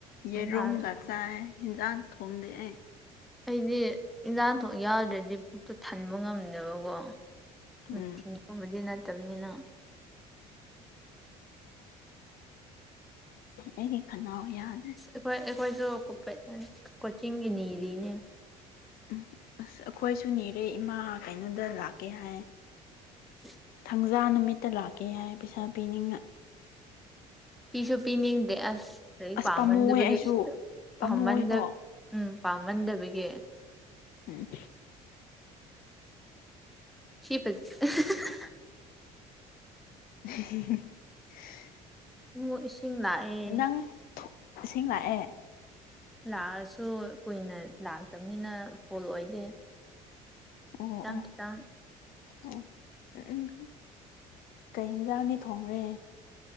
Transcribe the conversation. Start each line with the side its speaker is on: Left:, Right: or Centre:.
Left: ꯌꯦꯔꯨꯝꯒ
Centre: ꯅꯨꯡꯗꯥꯡ
Left: ꯆꯥꯏ ꯍꯦꯟꯖꯥꯡ ꯊꯣꯡꯗꯤ ꯑꯩ
Centre: ꯑꯩꯗꯤ ꯏꯟꯖꯥꯡꯊ ꯌꯥꯎꯗ꯭ꯔꯗꯤ ꯄꯨꯛꯇꯨ ꯊꯟꯕ ꯉꯝꯗꯦꯕ ꯑꯣ ꯅꯨꯡꯊꯤꯟꯒꯨꯝꯕꯗꯤ
Left: ꯎꯝ
Centre: ꯅꯠꯇꯕꯅꯤꯅ
Left: ꯑꯩꯒꯤ ꯈꯅꯥꯎ ꯌꯥꯗ꯭ꯔꯦ꯫
Centre: ꯑꯩꯈꯣꯏ ꯑꯩꯈꯣꯏꯁꯨ ꯀꫭꯄꯦꯠꯅꯅꯤ ꯀꯣꯆꯤꯡꯒꯤ ꯅꯤꯔꯤꯅꯦ꯫
Left: ꯎ ꯑꯁ ꯑꯩꯈꯣꯏꯁꯨ ꯅꯤꯔꯦ ꯏꯃꯥ ꯀꯩꯅꯣꯗ ꯂꯥꯛꯀꯦ ꯍꯥꯏ꯫
Centre: <unintelligible>
Left: ꯄꯨꯖꯥ ꯅꯨꯃꯤꯠꯇ ꯂꯥꯛꯀꯦ ꯍꯥꯏ ꯄꯩꯁꯥ ꯄꯤꯅꯤꯡꯑ꯫
Centre: ꯄꯤꯁꯨ ꯄꯤꯅꯤ꯫ꯗꯦ ꯑꯁ꯫ ꯂꯩꯔꯤꯛ
Left: ꯑꯁ
Centre: ꯄꯥꯝꯃꯟꯗꯕꯒꯤ
Left: ꯄꯥꯝꯃꯨꯋꯦ ꯑꯩꯁꯨ ꯄꯥꯝꯃꯨꯋꯦꯀꯣ
Centre: ꯄꯥꯝꯃꯟꯗꯕ ꯎꯝ ꯄꯥꯝꯃꯟꯗꯕꯒꯤ꯫
Left: ꯎꯝ꯫
Centre: <unintelligible>
Left: <unintelligible>
Centre: ꯃꯨꯛ ꯏꯁꯤꯡ ꯂꯥꯛꯑꯦ꯫
Left: ꯅꯪ ꯏꯁꯤꯡ ꯂꯥꯛꯑꯦ꯫
Centre: ꯂꯥꯛꯑꯁꯨ ꯀꯨꯏꯅ ꯂꯥꯛꯇꯕꯅꯤꯅ ꯐꯣꯜ ꯑꯣꯏꯗꯦ꯫
Left: ꯑꯣ
Centre: ꯈꯤꯇꯥꯡ-ꯈꯤꯇꯥꯡ
Left: ꯑꯣ ꯎꯝ ꯎꯝ ꯎ ꯀꯩ ꯍꯤꯟꯁꯥꯡꯅꯤ ꯊꯣꯡꯔꯦ꯫